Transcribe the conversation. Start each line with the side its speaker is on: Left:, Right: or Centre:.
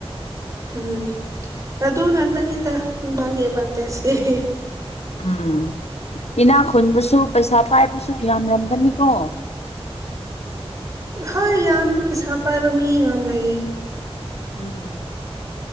Right: ꯎꯝ ꯑꯗꯒꯟꯇꯅꯤꯇ ꯅꯨꯡꯕꯥꯒꯤ ꯑꯦꯠꯕꯥꯟꯇꯦꯁꯗꯤ꯫
Left: ꯎꯝ ꯏꯅꯥ ꯈꯨꯟꯕꯁꯨ ꯄꯩꯁꯥ ꯄꯥꯏꯕꯁꯨ ꯌꯥꯝꯔꯝꯒꯅꯤꯀꯣ꯫
Right: ꯍꯣꯏ ꯌꯥꯝꯃꯦ ꯄꯩꯁꯥ ꯄꯥꯏꯕ ꯃꯤ ꯌꯥꯝ ꯂꯩꯌꯦ꯫
Left: ꯎꯝ꯫